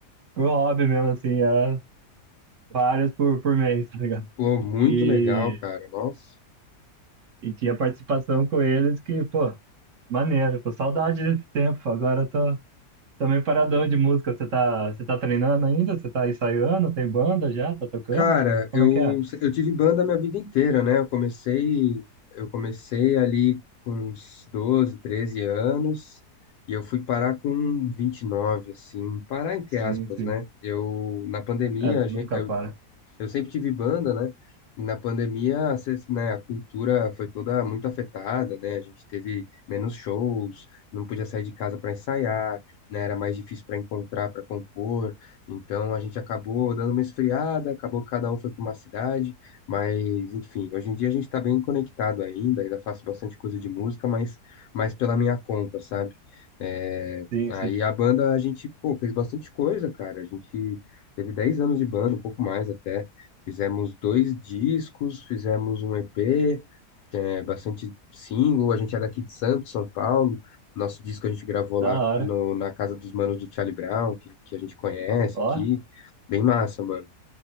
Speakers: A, on the right; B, on the left.
A: por hobby mesmo, assim, era várias por, por mês, <laughs> tá ligado?
B: Pô, muito
A: E.
B: legal, cara. Nossa.
A: E tinha participação com eles que, pô, maneiro, pô, saudade desse tempo. Agora eu tô, tô meio paradão de música. Você tá, você tá treinando ainda? Você tá ensaiando? Tem banda já? Tá tocando?
B: Cara,
A: Como
B: eu,
A: é que é?
B: eu tive banda a minha vida inteira, né? Eu comecei, eu comecei ali com uns 12, 13 anos e eu fui parar com 29, assim, parar entre
A: Sim,
B: aspas,
A: sim.
B: né? Eu, na pandemia,
A: É, nunca
B: a gen- eu
A: para.
B: Eu sempre tive banda, né? E na pandemia, a ces- né, a cultura foi toda muito afetada, né? A gente teve menos shows, não podia sair de casa para ensaiar, né? Era mais difícil para encontrar, para compor. Então a gente acabou dando uma esfriada, acabou que cada um foi para uma cidade, mas enfim, hoje em dia a gente está bem conectado ainda, ainda faço bastante coisa de música, mas mais pela minha conta, sabe? É,
A: Sim,
B: Aí
A: sim.
B: a banda a gente, pô, fez bastante coisa, cara. A gente teve 10 anos de banda, um pouco mais até. Fizemos dois discos, fizemos um EP, é, bastante single. A gente é daqui de Santos, São Paulo. Nosso disco a gente gravou
A: Da
B: lá
A: hora.
B: no- na casa dos manos do Charlie Brown, que, que a gente conhece
A: Ó,
B: aqui. Bem massa, mano.